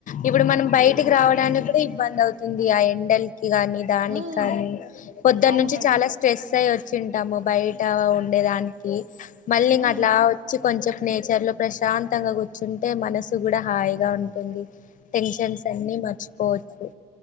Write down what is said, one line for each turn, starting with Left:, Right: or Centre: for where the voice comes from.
Left: ఇప్పుడు మనం బయటికి రావడానికి కూడా ఇబ్బంది అవుతుంది ఆ ఎండల్కి గాని దానికి
Right: మ్మ్
Left: కానీ పొద్దట్నుంచి
Right: అవునండి
Left: చాలా స్ట్రెస్ అయ్ వచ్చింటాము బయట టా ఉండేదానికీ మళ్ళీ ఇంకా
Right: మ్మ్
Left: అట్లా వచ్చి కొంచేప్ నేచర్ లో ప్రశాంతంగా కూర్చుంటే మనసు కూడా హాయిగా ఉంటుంది. టెన్షన్స్ అన్నీ మర్చిపోవచ్చు